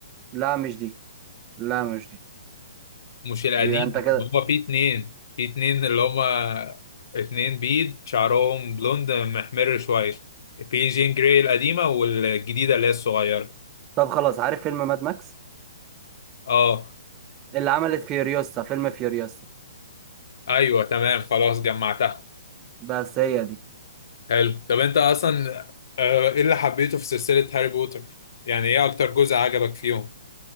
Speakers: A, on the right; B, on the left.
A: لا مش دي لا مش دي
B: مش القديم
A: يبقى انت كده
B: هما في اتنين في اتنين اللي هما اتنين بيض شعرهم بلوند محمر شوية في جين جراي القديمة والجديدة اللي هي الصغيرة
A: طب خلاص عارف فيلم ماد ماكس
B: اه
A: اللي عملت فيوريوسا فيلم فيوريوسا
B: ايوه تمام خلاص جمعتها
A: بس هي دي
B: حلو طب انت اصلا آه، ايه اللي حبيته في سلسلة هاري بوتر يعني ايه اكتر جزء عجبك فيهم